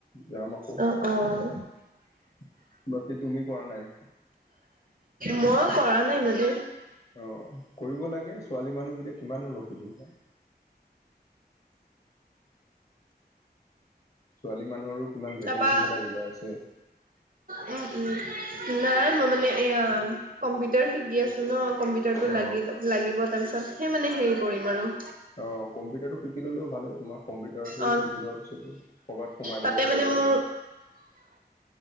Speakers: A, on the left; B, on the right.
A: যাম আকৌ।
B: অ', অ'।
A: বাকী তুমি কৰা নাই?
B: মই কৰা নাই মানে।
A: অ কৰিব লাগে ছোৱালী মানুহ বুলি কিমান ৰখি থাকিবা। ছোৱালী মানুহৰো কিমান ভেকেঞ্চি
B: তাৰপা
A: বিলাক ওলাই আছে।
B: উম উম নাই মই মানে এয়া কম্পিউটাৰ শিকি আছো। ন কম্পিউটাৰটো
A: অ
B: লাগি লাগিব তাৰপিছত সেই মানে হেৰি কৰিম আৰু।
A: অ কম্পিউটাৰটো শিকি ললেও ভালেই তোমাক। কম্পিউটাৰটো
B: অ
A: শিকি লোৱা পিছতো কৰ'বাত সোমাই
B: তাতে
A: ল'ব
B: মানে
A: পাৰা
B: মোৰ
A: আৰু।